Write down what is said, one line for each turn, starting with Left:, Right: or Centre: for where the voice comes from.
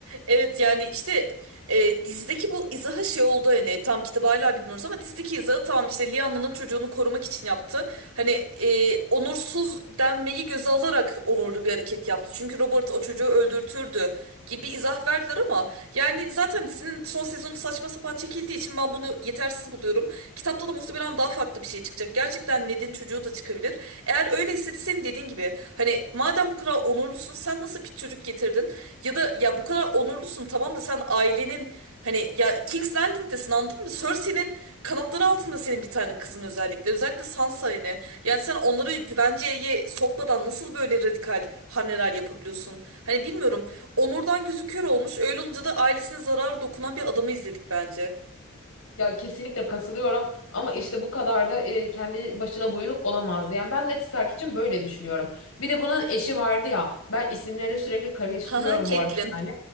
Right: Evet yani işte e, dizideki bu izaha şey oldu hani tam kitabı hala bilmiyoruz ama dizideki izahı tamam işte Lianna'nın çocuğunu korumak için yaptı. Hani e, onursuz denmeyi göze alarak onurlu bir hareket yaptı. Çünkü Robert o çocuğu öldürtürdü gibi izah verdiler ama yani zaten dizinin son sezonu saçma sapan çekildiği için ben bunu yetersiz buluyorum. Kitapta da muhtemelen daha farklı bir şey çıkacak. Gerçekten Ned'in çocuğu da çıkabilir. Eğer öyleyse senin dediğin gibi hani madem bu kadar onurlusun sen nasıl bir çocuk getirdin? Ya da ya bu kadar onurlusun tamam da sen ailenin hani ya King's Landing'desin anladın mı? Cersei'nin kanatları altında senin bir tane kızın özellikle. Özellikle Sansa yine. Yani sen onları güvenceye sokmadan nasıl böyle radikal hamleler yapabiliyorsun? Hani bilmiyorum. Onurdan gözü kör olmuş. Öyle olunca da ailesine zarar dokunan bir adamı izledik bence.
Left: Ya kesinlikle kasılıyorum ama işte bu kadar da e, kendi başına buyruk olamaz. Yani ben Neti Stark için böyle düşünüyorum. Bir de bunun eşi vardı ya. Ben isimleri sürekli karıştırıyorum
Right: Haha Catelyn.
Left: bu arada yani.